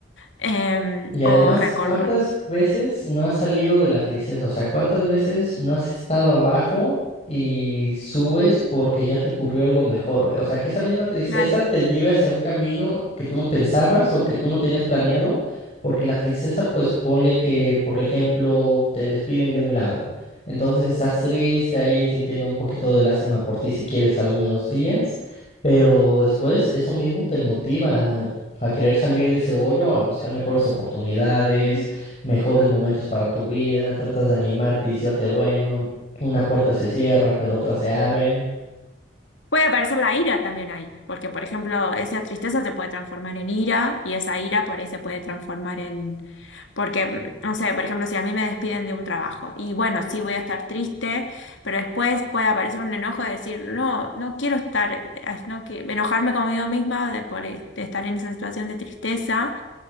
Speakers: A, on the left (about 75°); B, on the left (about 30°).
A: Em,
B: Y además,
A: o recordar.
B: ¿cuántas veces no has salido de la tristeza? O sea, ¿cuántas veces no has estado abajo y subes porque ya te ocurrió algo mejor? O sea, que esa misma tristeza
A: Claro.
B: te lleve hacia un camino que tú no pensabas o que tú no tenías planeado,
A: Ujú,
B: porque la tristeza, pues ponle que, por ejemplo, te despiden de un lado. Entonces estás triste ahí sintiendo un poquito de lástima por ti si quieres algunos días, pero después eso mismo te motiva a querer salir de ese hoyo, a buscar mejores oportunidades,
A: ujú.
B: mejores momentos para tu vida, tratas de animarte diciéndote, bueno, una puerta se cierra, pero otra se abre.
A: Puede aparecer la ira también ahí, porque por ejemplo, esa tristeza se puede transformar en ira y esa ira por ahí se puede transformar en... Porque, mm, no sé, por ejemplo, si a mí me despiden de un trabajo y bueno, sí voy a estar triste, pero después puede aparecer un enojo de decir, no, no quiero estar, eh, no qui- enojarme conmigo misma de por este, estar en esa situación de tristeza